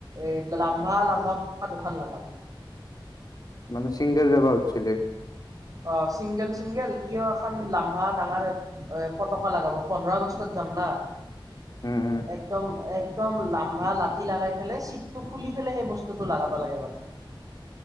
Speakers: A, on the right; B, on the left.
A: এই লাম্বা-লাম্বা পাতাকা দুখন লগাম।
B: মানে চিংগাল যাবা উঠিছিলি।
A: অ চিংগল চিংগল সিও এখন লাম্বা ডাঙৰ এ পতকা লগাব পোন্ধৰ আগষ্টত যাম না।
B: উম, উম।
A: একদম একদম লাম্বা লাঠি লগাই পেলাই চিটটো খুলি পেলাই সেই বস্তুটো লগাব লাগে মানে।